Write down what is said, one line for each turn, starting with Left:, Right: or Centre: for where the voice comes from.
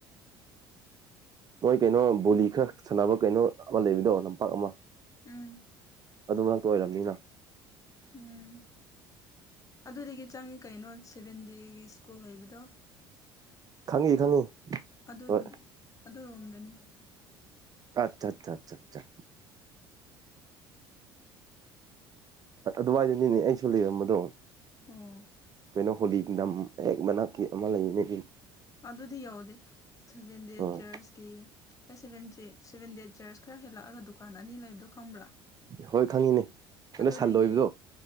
Right: ꯃꯣꯏ ꯀꯩꯅꯣ ꯕꯣꯂꯤ ꯈꯔ ꯁꯥꯟꯅꯕ ꯀꯩꯅꯣ ꯑꯃ ꯂꯩꯕꯗꯣ ꯂꯝꯄꯥꯛ ꯑꯃ
Left: ꯎꯝ
Right: ꯑꯗꯨ ꯃꯔꯛꯇ ꯑꯣꯏꯔꯕꯅꯤꯅ
Left: ꯎꯝ ꯑꯗꯨꯗꯒꯤ ꯆꯪꯉꯤ ꯀꯩꯅꯣ ꯁꯚꯦꯟ ꯗꯦꯒꯤ ꯁ꯭ꯀꯨꯜ ꯂꯩꯕꯗꯣ
Right: ꯈꯪꯉꯤ ꯈꯪꯉꯤ
Left: ꯑꯗꯨꯒꯤ
Right: ꯍꯣꯏ
Left: ꯑꯗꯨꯔꯣꯝꯗꯅꯤ
Right: ꯑꯠꯆꯥ ꯑꯆꯥ ꯑꯆꯥꯆꯥ ꯑꯗꯨꯋꯥꯏꯗꯅꯤꯅꯦ ꯑꯩꯁꯨ ꯂꯩꯔꯝꯕꯗꯣ
Left: ꯎꯝ
Right: ꯀꯩꯅꯣ ꯍꯣꯂꯤꯒꯤꯝ ꯑꯦ ꯃꯅꯥ ꯀ ꯑꯃ ꯂꯩꯅꯦ
Left: ꯑꯗꯨꯗꯤ ꯌꯧꯗꯦ ꯁꯦꯚꯦꯟ ꯗꯦꯠ
Right: ꯎꯝ
Left: ꯆꯔꯁꯀꯤ ꯑꯩ ꯁꯕꯦꯟꯦ ꯁꯦꯚꯦꯟ ꯗꯦꯠ ꯆꯔꯁ ꯈꯔ ꯍꯦꯜꯂꯛꯑꯒ ꯗꯨꯀꯥꯟ ꯑꯅꯤ ꯂꯩꯕꯗꯣ ꯈꯪꯕ꯭ꯔꯥ
Right: ꯍꯣꯏ ꯈꯪꯉꯤꯅꯦ ꯀꯩꯅꯣ
Left: ꯑꯗꯨꯗꯒꯤ
Right: ꯁꯟ ꯂꯣꯏꯕꯗꯣ